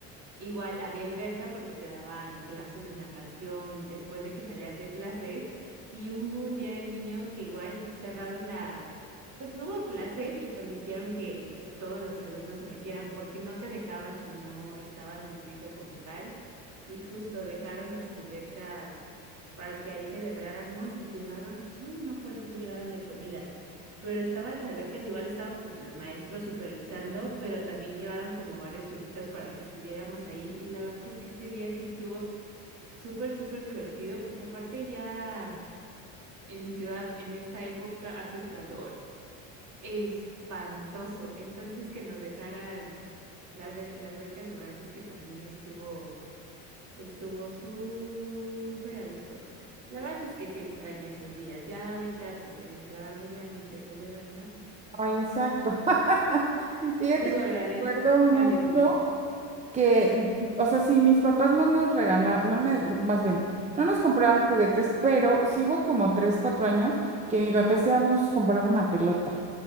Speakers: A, on the right; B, on the right.
A: Igual había alberca porque te daban clases de natación después de que salías de clases y un, un día el niño que igual cerraron las, pues no hubo clases y permitieron que, que todos los alumnos se metieran porque no te dejaban si no estabas inscrito como tal y justo dejaron las albercas para que ahí celebráramos y llevaron, solo no me acuerdo qué llevaron de comida, pero estaba en las albercas, igual estaban como los maestros supervisando, pero también llevaron como varios jueguitos para que estuviéramos ahí. Y la verdad es que ese día sí estuvo súper, súper divertido, porque aparte ya en mi ciudad, en esta época, hace un calor espantoso. Entonces que nos dejaran la, alber- la alberca, la verdad es que también estuvo, estuvo súper a gusto. La verdad es que sí extraño esos días. Ya ahorita, pues en el trabajo ya ni te celebran nada.
B: Ay, exacto. <laughs> Fíjate
A: Digo,
B: que
A: agrade.
B: recuerdo mucho.
A: Mandarine.
B: que, o sea, sí, mis papás no nos regalaban, no me, más bien, no nos compraban juguetes, pero sí hubo como tres, cuatro años que mi papá sí nos compraba una pelota.